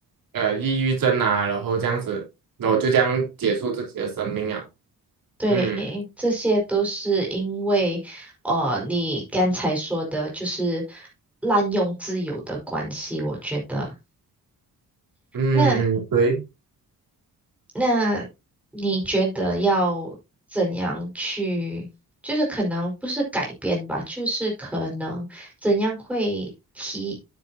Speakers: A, on the right; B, in the centre.
A: 呃抑郁症啊，然后这样子，然后就这样结束自己的生命啊，
B: 对，
A: 嗯
B: 诶这些都是因为，呃，你刚才说的就是滥用自由的关系，我觉得。
A: 嗯对，
B: 那那你觉得要怎样去，就是可能不是改变吧，就是可能怎样会提